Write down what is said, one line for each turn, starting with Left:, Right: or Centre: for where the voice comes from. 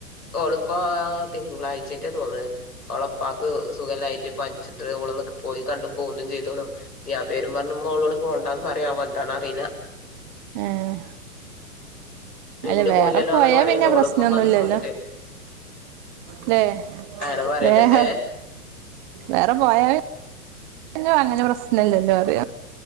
Left: ഓള് ഇപ്പോ തിങ്കളാഴ്ച്ചയെറ്റെ തോന്ന്ണ്. ഓള് ഇപ്പാക്ക് സുഖല്ലായിട്ട് പനിച്ചിട്ട് ഓള് പോയി കണ്ടു പോന്നും ചെയ്തുണു. ഇനി ആ പേരും പറഞ്ഞ് ഇമ്മ ഓളോട് പോണ്ടാന്ന് പറയാവോ എന്താന്ന് അറിയില്ല.
Right: ഏഹ്.
Left: പിന്നെ
Right: അല്ല
Left: പോവില്ലല്ലോ
Right: വേറെ പോയാ
Left: എന്നൊക്കെ പറയണ്ട്
Right: പിന്നെ
Left: ഓള്
Right: പ്രശ്നൊന്നുല്ലല്ലോ
Left: പോകണം എന്നൊക്കെ പറഞ്ഞിട്ടേ.
Right: ല്ലേ
Left: അങ്ങനെ പറയ്ണ്ട്
Right: വേറെ
Left: ഏഹ്.
Right: വേറെ പോയാല് പിന്നെ അങ്ങനെ പ്രശ്നം ഇല്ലല്ലോ പറയാ.